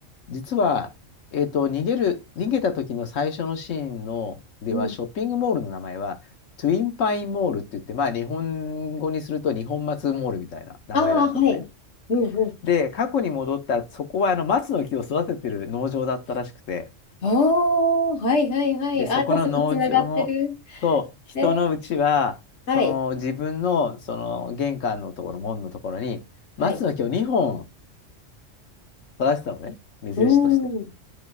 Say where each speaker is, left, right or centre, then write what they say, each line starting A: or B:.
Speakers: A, on the left (about 75°); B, on the left (about 60°).
A: 実は、えっと、逃げる、逃げた時の最初のシーンの、では、
B: うん。
A: ショッピングモールの名前は、トゥインパインモールって言って、まあ、日本語にすると日本松モールみたいな名前だったのね。
B: ああ、はい。うんうん
A: で、過去に戻ったら、そこはあの松の木を育ててる農場だったらしくて、
B: おー、はいはいはい。
A: で、そこの農場のと人のうちは、
B: あ、早速つながってる。えー、はい、
A: その自分のその玄関のところ、門のところに松の木を2本
B: はい。
A: 育らせたのね、目印として。
B: うーん。